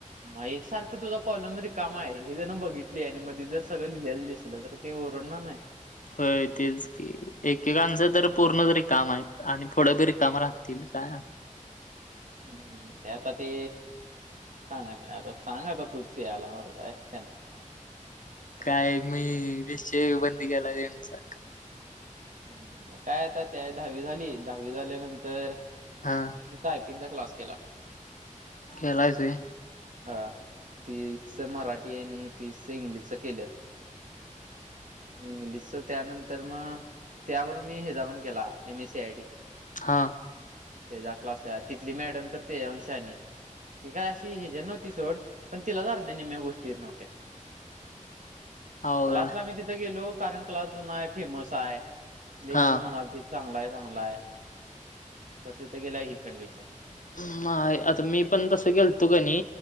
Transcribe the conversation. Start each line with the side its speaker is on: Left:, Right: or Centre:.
Right: मग एक सारखं तुझा कॉलम रिकामा आहे हे जण बघितली आहे आणि मध्ये जर सगळं लिहिलेलं दिसलं तर ते ओरडणार नाही.
Left: होय तेच की एकेकांच तर पूर्ण रिकाम आहेत आणि पुढं बी रिकाम राहतील काय
Right: हम्म ते आता ते सांगा ना आता सांगा आता तुची आला मला काय त्यांना
Left: काय
Right: रा
Left: मी विषय बंदी केलाय त्यांचा
Right: हम्म मग काय आता त्या दहावी झाली दहावी झाल्यानंतर
Left: हा.
Right: मी टायपिंगचा क्लास केला.
Left: केलायस होय
Right: हा तीस मराठी आणि तीसच इंग्लिशच केलं. इंग्लिशच त्यानंतर मग त्यावरून मी हेचा पण केला M S C I T
Left: हां.
Right: तेचा क्लास केला तिथली मॅडम तर तेज्या हून शानी ती काय अशी ह्याच्या नव्हती सोड पण तिलाच अर्द्या निम्या गोष्टी येत नव्हत्या.
Left: अवघड
Right: क्लासला
Left: आहे
Right: मी तिथे गेलो कारण क्लास जुना हाय फेमस हाय. लई
Left: हा
Right: जन म्हणालतीत चांगला हाय चांगला हाय तर तिथ गेलाय ही कंडिशन.
Left: हम्म, नाय आता मी पण तसं गेलतो कणी